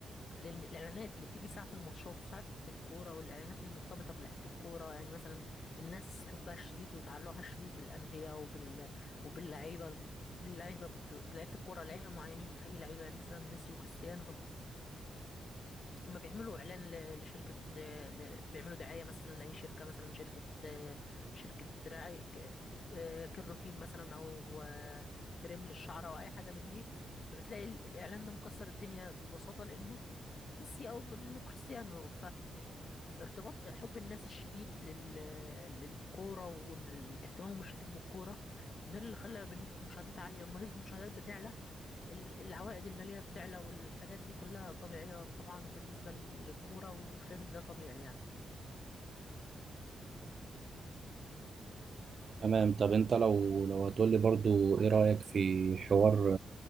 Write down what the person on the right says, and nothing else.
تمام طب انت لو لو هتقول لي برضو ايه رأيك في حوار